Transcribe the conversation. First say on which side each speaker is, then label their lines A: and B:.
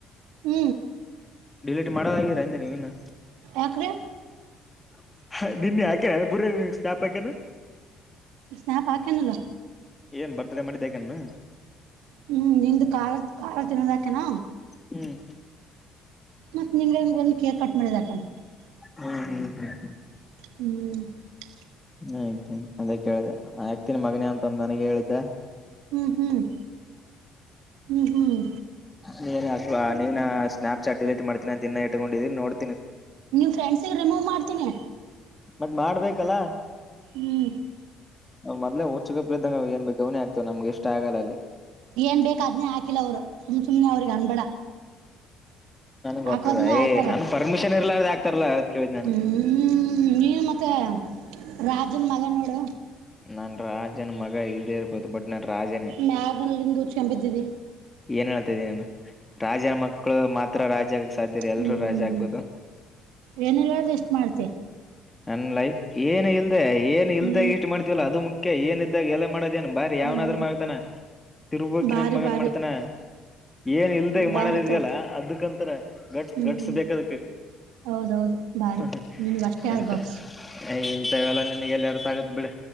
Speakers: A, on the right; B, on the left.
A: ಹ.
B: ಡಿಲೀಟ್ ಮಾಡೋದಾಗಿರಾಂದ ನೀವ ಇನ್ನು.
A: ಯಕ್ರೀ.
B: <inaudible> ನಿನ್ನೆ ಯಾಕೆ ಬುರ ಸ್ನಾಪಾಕೇನ.
A: ಸ್ನ್ಯಾಪ್ ಹಾಕ್ಯಾನಲ್ಲ
B: ಏನ್ ಬರ್ತಡೆ ಮಾಡಿದ ಅಕ್ಯನೇನ್.
A: ಹ್ಮ್ ನಿಮ್ದು ಖಾಲ ಖಾರ ತಿನ್ಲಕತನ.
B: ಹ್ಮ್
A: ಮತ್ತತ್ ನಿನ್ನೇ ಬಂದ ಕೇಕ್ ಕಟ್ ಮಾಡಿದ. <inaudible> <unintelligible>
B: ಹಾ... ಹ್ಮ್ ಹ್ಮ್ ಹ್ಮ್.
A: ಹ್ಮ್ <unintelligible>
B: ಆಯ್ತಾಯಯ್ತ ಅದ ಕೇಳಿದೆ ಆಕ್ತೀನಿ ಮಗನ ಅಂತ ನನಗೆ ಹೇಳಿದ್ದೆ.
A: ಹ್ಮ್ ಹ್ಮ್ <unintelligible> ಹ್ಮ್ ಹ್ಮ್
B: ನೀ <inaudible> ನೀನ್ ಸ್ನಾಪ್ಚಾಟ್ ಡಿಲೀಟ್ ಮಾಡತಿನಿ ಅಂತ ಇಟ್ಕೊಂಡಿ ನೋಡ್.
A: ನೀವು ಫ್ರೆಂಡ್ಸಿಗೆ ರಿಮೂವ್ ಮಾಡ್ತೀನಿ.
B: ಮತ್ತ್ ಮಾಡ್ಬೇಕಲ್ಲಾ.
A: ಹ್ಞೂ
B: ಮದ್ಲೆ ಹುಗಪ್ಲೆ ಇದಂಗವ್ ಏನ್ ಬೇಕ್ ಅದ್ನೇ ಆಗ್ತವ ನಮ್ಗೆ ಎಷ್ಟ ಆಗಲ್ಲ ಅಲ್ಲಿ.
A: ಏನ್ ಬೇಕ ಅದನ್ನೇ ಹಾಕಿಲ್ಲ ಅವರು ಸುಮ್ ಸುಮ್ಮನೆ ಅವ್ರಿಗೆ ಅನ್ಬೇ
B: ನನ್ಗ್
A: ಹಾಕದನ
B: ಗೊತ್ತದ
A: ಹಾಕರ
B: ಏ ನನ್ ಪರ್ಮಿಷನ್ ಇರ್ಲಾರ್ದ ಆಗ್ತಾರಲ್ಲ ಅದ್ ಕೇಳಿದ್ ನಾನು
A: ಹ್ಮ....... ನೀ ಮತ್ತೆ ರಾ.. ಅದನ್ ಮಗ ನೋಡು
B: ನನ್ ರಾಜನ ಮಗ ಇಲ್ದೇ ಇರ್ಕೋ ಬಟ್ ನಾನ್ ರಾಜನೇ
A: ಮ್ಯಾಗಲ್ಲಿಂದು ಹುಚೆಂದ ಬಿದ್ದಿದೆ
B: ಏನ್ ಹೇಳ್ತಾ ಇದ್ದೀನಿ ರಾಜನ ಮಕ್ಕಳು ಮಾತ್ರ ರಾಜ.. <inaudible>
A: ಹ್ಮ್
B: ರಾಜ ಆಗ್ಬೇಕು
A: ಏನಿಲ್ಲ್ದು ಎಷ್ಟು ಮಾಡ್ತೆ
B: ನನ್ ಲೈಫ್ ಏನ್ ಇಲ್ ಏನ್ ಇಲ್ದ
A: ಹ್ಞೂ
B: ಇಷ್ಟ ಮಾಡ್ತಿವಲ್ಲ ಅದು ಮುಖ್ಯ ಏನ ಜೀವ್ನದ್ಗ ಎಲ್ಲಾ ಮ <inaudible> ಇದೇನ್ ಬಾರಿ ಯಾವನಾದ್ರ
A: ಹ್ಞೂ
B: ಮಗತಾನ ತಿರುಗಕಿ
A: ಭಾರಿ
B: ನನ್ ಮಗನ್
A: ಭಾರಿ
B: ಮಾಡ್ತಾನ ಏನ್ ಇಲ್ದ ಮಾಡದಿದ್ಯಲ್ಲ
A: ಭಾರಿ ತೊ
B: ಅದಕ್ಕಂತರ ಘಟ್ಸ್
A: ಹ್ಞೂ
B: ಘಾಟಿಸ್ಬೇಕ್ ಅದ್ಕಕ್
A: ಹೌದೌದು ಭಾರಿ
B: ಆ ಹಾ....
A: ನಿನಗೆ ಅಷ್ಟೇ
B: ಎಂತಯ
A: ಅದು ಗಟ್ಸ್
B: ಇಂತವೆಲ್ಲ ನಿನಗೆಲ್ಲಿ ಅರ್ಥ ಆಗತ್ ಬಿಡು